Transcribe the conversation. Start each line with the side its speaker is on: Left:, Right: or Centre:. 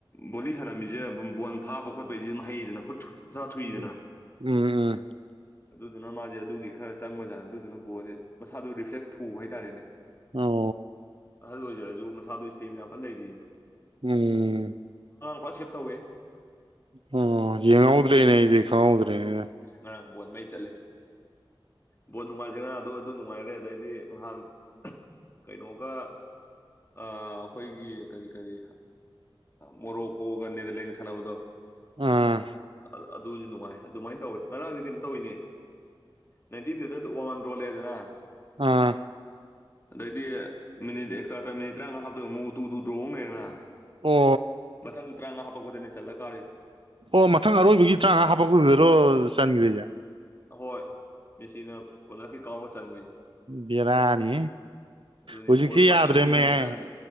Left: ꯕꯣꯂꯤ ꯁꯥꯟꯅꯝꯃꯤꯁꯦꯝ ꯕꯣꯜ ꯐꯥꯕ ꯈꯣꯠꯄꯩꯁꯤꯗꯤ ꯃꯍꯩꯗꯅ ꯈꯨꯠ ꯈꯨꯠꯁꯥ
Right: ꯎ
Left: ꯊꯨꯏꯗꯅ
Right: ꯎꯝ ꯎꯝ
Left: ꯑꯗꯨꯗꯨꯅ ꯃꯥꯁꯦ ꯑꯗꯨꯒꯤ ꯈꯔ ꯆꯪꯕꯖꯥꯠꯅ ꯑꯗꯨꯗꯨꯅ ꯕꯣꯜꯁꯦ ꯃꯁꯥꯗꯨꯣ ꯔꯤꯐ꯭ꯂꯦꯛꯁ ꯊꯎ ꯍꯥꯏꯇꯥꯔꯦꯅꯦ
Right: ꯑꯣ
Left: ꯑꯍꯜ ꯑꯣꯏꯖꯔꯁꯨ ꯃꯁꯥꯗꯨ ꯏꯁꯇꯦꯝ ꯌꯥꯝꯐꯅ ꯂꯩꯔꯤꯕ
Right: ꯎꯝ
Left: ꯄꯁꯦꯞ ꯇꯧꯋꯦ
Right: ꯑꯣ ꯌꯦꯡꯍꯧꯗ꯭ꯔꯦꯅꯦ ꯑꯩꯗꯤ ꯈꯪꯍꯧꯗ꯭ꯔꯦꯅꯦ
Left: ꯉꯔꯥꯡ ꯕꯣꯟꯕꯩ ꯆꯠꯂꯤ ꯕꯣꯠ ꯅꯨꯡꯉꯥꯏꯖꯔꯤꯉꯥ ꯑꯗꯨ ꯑꯗꯨ ꯅꯨꯡꯉꯥꯏꯔꯦ ꯑꯗꯩꯗꯤ ꯅꯍꯥꯟ ꯀꯩꯅꯣꯒ ꯑꯩꯈꯣꯏꯒꯤ ꯀꯔꯤ ꯀꯔꯤ ꯃꯣꯔꯣꯀꯣꯒ ꯅꯦꯗꯔꯂꯦꯟꯒ ꯁꯥꯟꯅꯕꯗꯣ
Right: ꯑꯥ
Left: ꯑꯗꯨ ꯑꯗꯨꯖꯅꯅꯨꯡꯥꯏ ꯑꯗꯨꯃꯥꯏꯅ ꯇꯧꯋꯦ ꯉꯔꯥꯡꯗꯤ ꯀꯩꯅꯣ ꯇꯧꯋꯤꯅꯤ ꯅꯥꯏꯟꯇꯤ ꯃꯤꯇꯔꯗ ꯋꯥꯡꯃꯥꯟ ꯔꯣꯜꯂꯦꯗꯅ
Right: ꯑꯥ
Left: ꯑꯗꯩꯗꯤ ꯃꯤꯅꯤꯠ ꯑꯦꯛꯁꯇ꯭ꯔꯥ ꯇꯔꯥ ꯃꯤꯅꯤꯠ ꯇꯔꯥꯃꯉꯥ ꯍꯥꯞꯇꯕ ꯃꯑꯣꯛ ꯎꯇꯨ ꯇꯨ ꯇ꯭ꯔꯣꯍꯣꯡꯅꯦꯅ
Right: ꯑꯣ
Left: ꯃꯊꯪ ꯇ꯭ꯔꯥꯡ ꯉ ꯍꯥꯄꯣꯛꯄꯗꯔꯅꯤ ꯁꯜꯂ ꯀꯥ
Right: ꯑꯣ ꯃꯊꯪ ꯑꯔꯣꯏꯕꯒꯤ ꯇꯔꯥꯃꯉꯥ ꯍꯥꯞꯄꯛꯄꯨꯗꯨꯗꯔꯣ ꯆꯟꯈ꯭ꯔꯤꯁꯦ
Left: ꯍꯣꯏ ꯃꯦꯁꯤꯅ ꯀꯂꯀꯤ ꯀꯥꯎꯔ ꯆꯠ
Right: ꯕꯤꯔꯅꯤ
Left: ꯑꯗꯨꯅꯤ
Right: ꯍꯧꯖꯤꯛꯁꯤ
Left: ꯕꯣꯟ ꯃꯩ
Right: ꯌꯥꯗ꯭ꯔꯦꯅꯦꯍ
Left: ꯅꯦꯝꯅꯤ ꯉꯔꯥꯡꯗꯤ